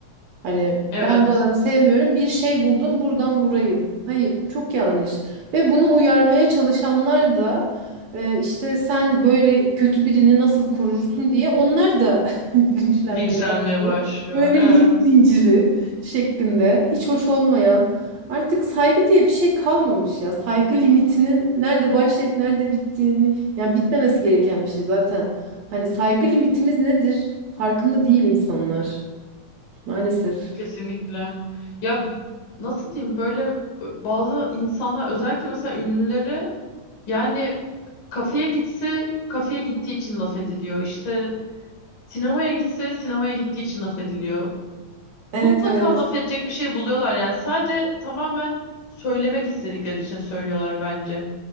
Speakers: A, on the right; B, on the left.
A: Hani
B: Evet,
A: ben bu adamı sevmiyorum bir şey buldum buradan vurayım. Hayır çok yanlış. Ve bunu uyarmaya çalışanlar da e, işte sen böyle kötü birini nasıl korursun diye onlar da <laughs> linçlenmeye
B: linçlenmeye
A: başlıyor.
B: başlıyor.
A: Böyle
B: Evet,
A: bir linç zinciri şeklinde hiç hoş olmayan artık saygı diye bir şey kalmamış ya. Saygı limitini nerede başlayıp nerede bittiğini yani bitmemesi gereken bir şey zaten. Hani saygı limitimiz nedir? Farkında değil insanlar maalesef.
B: kesinlikle. Ya nasıl diyeyim böyle ö- bazı insanlar özellikle mesela ünlüleri Yani kafeye gitse kafeye gittiği için laf ediliyor. İşte sinemaya gitse sinemaya gittiği için laf ediliyor. Mutlaka
A: Evet evet.
B: laf edecek bir şey buluyorlar yani. Sadece tamamen söylemek istedikleri için söylüyorlar bence.